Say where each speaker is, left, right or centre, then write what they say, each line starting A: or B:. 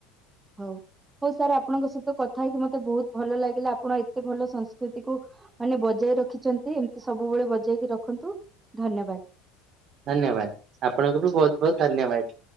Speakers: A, on the right; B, on the right.
A: ହଉ ହଉ ସାର୍ ଆପଣଙ୍କ ସହିତ କଥା ହେଇକି ମତେ ବହୁତ ଭଲ ଲାଗିଲା ଆପଣ ଏତେ ଭଲ ସଂସ୍କୃତି କୁ ମାନେ ବଜାଇ ରଖିଛନ୍ତି ଏମିତି ସବୁବେଳେ ବଜେଇ କି ରଖନ୍ତୁ ଧନ୍ୟବାଦ।
B: ଧନ୍ୟବାଦ ଆପଣଙ୍କୁ ବି ବହୁତ ବହୁତ ଧନ୍ୟବାଦ,